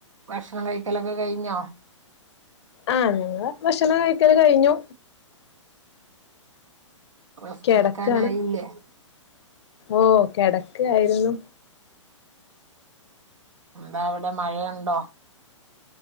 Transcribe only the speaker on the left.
ആഹ് ഇണ്ടാ ഭക്ഷണം കഴിക്കല് കഴിഞ്ഞു.
കിടക്കാണ്
ഓ കിടക്കായിരുന്നു.